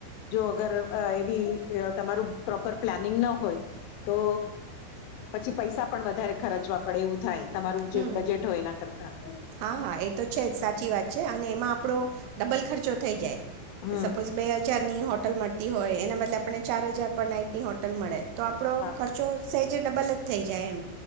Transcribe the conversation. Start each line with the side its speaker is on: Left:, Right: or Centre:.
Left: જો અગર એવી તમારું પ્રોપર પ્લાનિંગ ન હોય, તો પછી પૈસા પણ વધારે ખર્ચવા પડે એવું થાય. તમારું
Right: હમ
Left: જે બજેટ હોય એના કરતા.
Right: હા હા એ તો છે જ સાચી વાત છે અને એમાં આપડો ડબલ ખર્ચો થઈ જાય.
Left: હમ
Right: એ સપોઝ બે હજાર ની હોટલ મળતી હોય એના બદલે આપણને ચાર હજાર પર નાઈટ ની હોટલ મળે તો આપડો
Left: હા
Right: ખર્ચો જ સહેજે ડબલ જ થઈ જાય એમ.